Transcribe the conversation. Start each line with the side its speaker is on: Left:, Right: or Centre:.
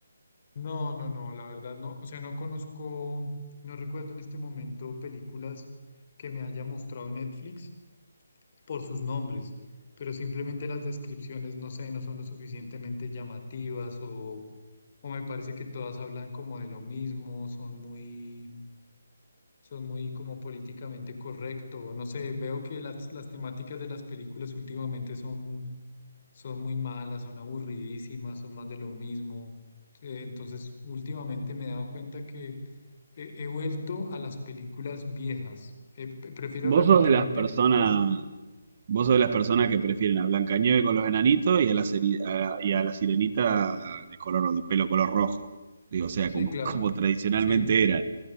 Left: No, no, no, la verdad no, o sea, no conozco, no recuerdo en este momento películas que me haya mostrado Netflix por sus nombres, pero simplemente las descripciones, no sé, no son lo suficientemente llamativas o, o me parece que todas hablan como de lo mismo, son muy, son muy como políticamente correcto, no sé, veo que las, las temáticas de las películas últimamente son son muy malas, son aburridísimas, son más de lo mismo. Eh, Entonces, últimamente me he dado cuenta que he, he vuelto a las películas viejas. Eh, pre- prefiero
Right: Vos
Left: repetirme
Right: sos de las
Left: películas.
Right: personas, vos sos de las personas que prefieren a Blancanieves con los enanitos y a la, seri- a- y a la sirenita de color de pelo color rojo. Digo, o sea,
Left: Sí,
Right: como,
Left: claro.
Right: <laughs> como tradicionalmente
Left: Sí,
Right: eran.